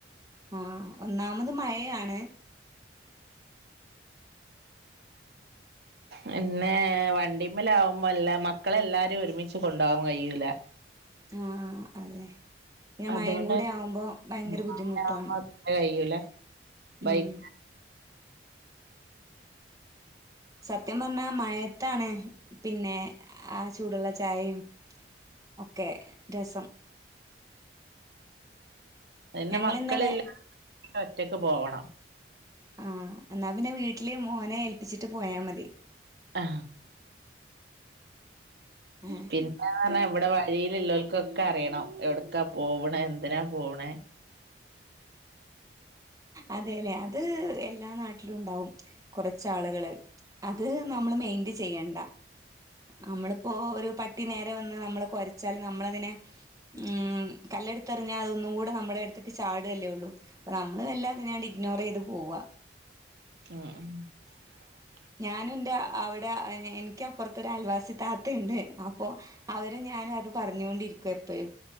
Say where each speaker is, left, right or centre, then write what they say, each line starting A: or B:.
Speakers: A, on the right; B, on the right.
A: ആ ഒന്നാമത് മഴയാണ്.
B: പിന്നെ വണ്ടിമ്മല് ആകുമ്പോ എല്ലാ മക്കളെല്ലാരും ഒരുമിച്ച് കൊണ്ടുപോവാൻ കഴിയൂല
A: ആ അതെ പിന്നെ
B: അതുകൊണ്ട്
A: മഴകൂടെ ആവുമ്പോ ഭയങ്കര
B: വണ്ടിമ്മലാവുമ്പോ
A: ബുദ്ധിമുട്ടാണ്.
B: അങ്ങനെ കഴിയൂല ബൈക്ക്
A: ഉം സത്യം പറഞ്ഞാ മഴയത്താണ് പിന്നെ ആ ചൂടുള്ള ചായയും ഒക്കെ രസം
B: പിന്നെ
A: ഞങ്ങളിന്നലെ
B: മക്കളില്ലാതെ ഒറ്റക്ക് പോവണം
A: ആ എന്നാ പിന്നെ വീട്ടില് മോനെ ഏൽപ്പിച്ചിട്ട് പോയാ മതി.
B: ആ
A: ആഹ്
B: പിന്നെ അങ്ങനെ
A: അതെ
B: വിടെ വഴിയിലിള്ളോൽ ക്കൊക്കെ അറിയണം എവിടക്കാ പോവ്ണേ എന്തിനാ പോവ്ണേ
A: അതേ ലേ അത് എല്ലാ നാട്ടിലും ഉണ്ടാവും കുറച്ചാളുകള് അത് നമ്മൾ മെയിന്റ് ചെയ്യണ്ട നമ്മളിപ്പോ ഒരു പട്ടി നേരെ വന്ന് നമ്മളെ കൊരച്ചാല് നമ്മളതിനെ ഉം കല്ലെടുത്ത്റിഞ്ഞാൽ അതൊന്നും കൂടെ നമ്മുടെ അടുത്ത്ക്ക് ചാടുല്ലേള്ളൂ. അപ്പൊ നമ്മള് എല്ലാം അതിനു വേണ്ടി ഇഗ്നോർ ചെയ്ത് പോവ്വാ.
B: അഹ്
A: ഞാനും എന്റെ അവിടെ എനിക്കപ്പുറത്തൊരു അയൽവാസി ത ത്ത ഉണ്ട് അപ്പോ അവരും ഞാനും അത് പറഞ്ഞേട്ടിരിക്കും എപ്പഴും